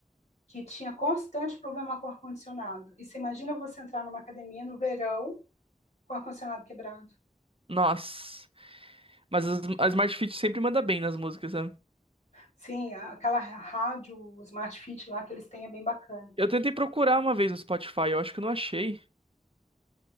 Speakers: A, on the left; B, on the right.
A: que tinha constante problema com ar-condicionado. E você imagina você entrar numa academia no verão com ar-condicionado quebrado.
B: Nossa, mas as- a Smart Fit sempre manda bem nas músicas, sabe?
A: Sim, aquela rádio Smart Fit lá que eles têm é bem bacana.
B: Eu tentei procurar uma vez no Spotify, eu acho que eu não achei.